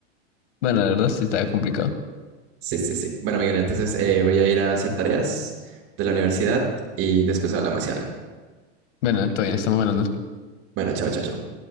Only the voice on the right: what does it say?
Sí, sí, sí. Bueno, Miguel, entonces eh, voy a ir a hacer tareas de la universidad y después hablamos y algo.
Bueno, chao, chao, chao.